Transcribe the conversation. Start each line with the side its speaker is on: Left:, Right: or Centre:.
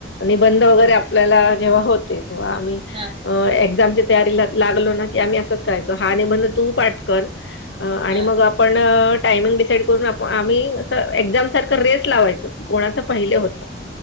Left: निबंध वगैरे
Right: हम्म
Left: आपल्याला जेव्हा होते तेव्हा आम्ही
Right: हा
Left: एक्सामची तयारीला लागलो ना, की आम्ही असंच करायचो. हा निबंध तू पाठ कर. आणि
Right: हा
Left: मग आपण टायमिंग डिसाइड करून आपण आम्ही अस एक्झाम सारखं रेस लावायचो. कोणाचं पहिले होतं.